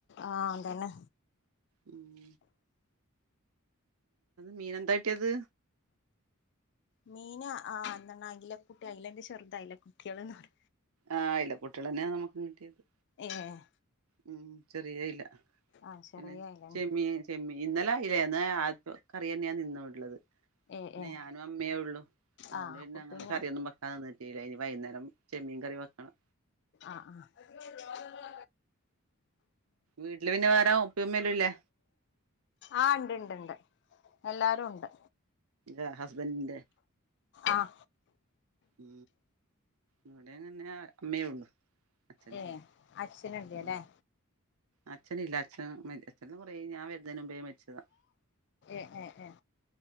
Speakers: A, on the left; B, on the right.
A: ആഹ അതന്നെ
B: ഉം മീനെന്താ കട്ടിയത്
A: മീന ആ അയില കുട്ടി അയിലന്റെ ചെറുത് അയില കുട്ടികൾന്ന് പറ
B: ആ അയില്ല കുട്ടികൾന്നെയ നമുക്ക് കിട്ടിയത്
A: ഏഹ്
B: ഉം ചെറിയ ഇല്ല
A: ആഹ് ചെറിയ
B: പിന്നെ
A: അയിലന്നെ
B: ചെമ്മീ ചെമ്മീ ഇന്നല അയില ആ കറി തന്നെയാണ് ഇന്നുഉള്ളത്
A: ഏഹ്
B: പിന്നെ
A: ഏഹ്
B: ഞാനും അമ്മയേ ഉള്ളു അതൊണ്ട്
A: ആഹ്
B: പിന്ന
A: അപ്പൊ
B: അങ്ങന
A: പിന്നെ
B: കറിയ ഒന്നും വെക്കാൻ നിന്നിട്ടില്ല ഇനി വൈകേരം ചെമ്മീൻ കറി വെക്കണം
A: ആഹ ആഹ
B: വീട്ടില് പിന്നെ വേറെ ഉപ്പയും ഉമ്മയും ഇല്ലേ
A: ആ ആ ഉണ്ട് ഉണ്ട് എല്ലാരും ഉണ്ട്
B: ഇ ഹസ്ബൻഡന്റെ
A: ആഹ
B: ഉ ഇവിടെങ്ങനെ അമ്മയേ ഉള്ളു അച്ഛനില്ല
A: ഏ അച്ഛൻ ഇല്ലല്ലേ
B: ഉം അച്ഛൻ ഇല്ല അച്ഛൻ അച്ഛന കുറെ ഞാൻ വരുനത്തിന് മുമ്പ് മരിച്ചതാ
A: ഉം ഉ